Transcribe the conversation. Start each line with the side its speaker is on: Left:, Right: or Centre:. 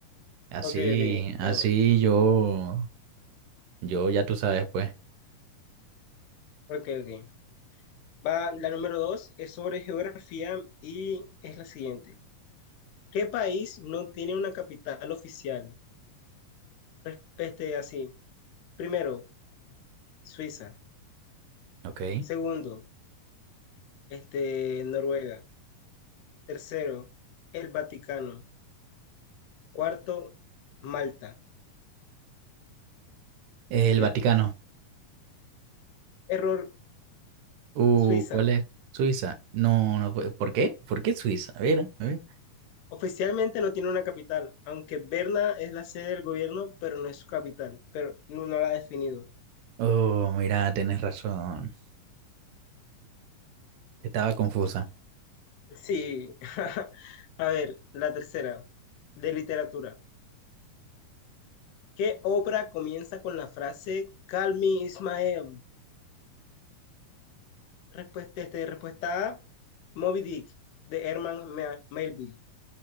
Right: Así,
Left: Ok, ok, de
Right: así
Left: una.
Right: yo, yo ya tú sabes, pues.
Left: Ok, ok. Va, la número dos es sobre geografía y es la siguiente. ¿Qué país no tiene una capital oficial? Res- Este, así. Primero, Suiza.
Right: Ok.
Left: Segundo, este, Noruega. Tercero, el Vaticano. Cuarto, Malta.
Right: El
Left: Ya.
Right: Vaticano.
Left: Error,
Right: Uh,
Left: Suiza.
Right: ¿cuál es? Suiza. No, no fue. ¿Por qué? ¿Por qué Suiza? A ver, a ver.
Left: Oficialmente no tiene una capital, aunque Berna es la sede del gobierno, pero no es su capital, pero no, no la ha definido.
Right: Oh, mira, tenés razón. Estaba confusa.
Left: Sí. <laughs> A ver, la tercera, de literatura. ¿Qué obra comienza con la frase Call me Ismael? Respuesta, este, respuesta A, Moby Dick, de Herman Ma- Melville.